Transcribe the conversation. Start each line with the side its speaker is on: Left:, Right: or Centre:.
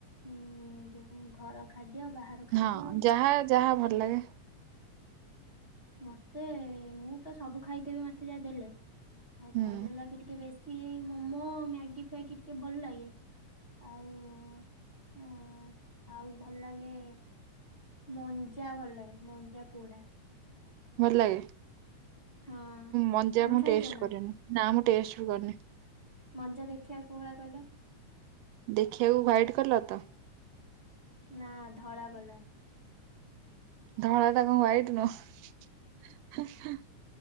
Left: ମୁଁ ଯୋଉ ଘର ଖାଦ୍ୟ ବାହାର ଖାଦ୍ୟ
Right: ହଁ ଯାହା ଯାହା ଭଲ ଲାଗେ
Left: ମତେ ମୁଁ ତ ସବୁ ଖାଇଦେବି ମତେ ଯାହା ଦେଲେ ଆଉ
Right: ହୁଁ
Left: ଭଲ ଲାଗେ ଟିକେ ବେଶୀ ଇ ସେଇ ମୋମୋ ମ୍ୟାଗି ଫ୍ୟାଗି ଟିକେ ଭଲ ଲାଗେ। ଆଉ ଅ ଆଉ ଭଲ ଲାଗେ ମଞ୍ଜା ଭଲ ଲାଗେ ମଞ୍ଜା ପୋଡା।
Right: ଭଲ ଲାଗେ
Left: ହଁ
Right: ମଞ୍ଜା
Left: ତମେ
Right: ମୁଁ
Left: ଖାଇଛ ନା?
Right: କରିନି ନା ମୁଁ ଟଷ୍ଟ ବି କରିନି।
Left: ମଞ୍ଜା ଦେଖିବାକୁ କୋଉ ଭଳିଆ କହିଲ?
Right: ଦେଖିବାକୁ ହୁଆଟ୍ କଲର୍ ତ।
Left: ନା ଧଳା କଲର୍।
Right: ଧଳା ଟା କଣ ହୁଆଟ୍ ନୁହଁ।